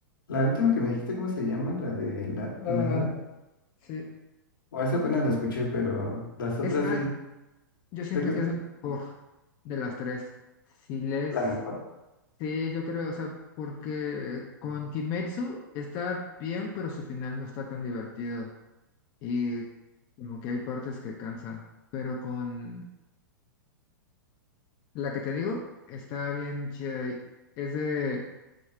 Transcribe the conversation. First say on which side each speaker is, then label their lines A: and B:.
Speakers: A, on the left; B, on the left.
A: La última que me dijiste, ¿cómo se llama? La de la...
B: La
A: la,
B: La Land,
A: la-
B: sí.
A: O esa apenas la escuché, pero las
B: Esa
A: otras sí
B: yo siento
A: sé que es
B: que es la mejor de las tres. Si les
A: la mejor.
B: sí, yo creo, o sea, porque con Kimetsu está bien, pero su final no está tan divertido y como que hay partes que cansan, pero con... La que te digo está bien chida. y Es de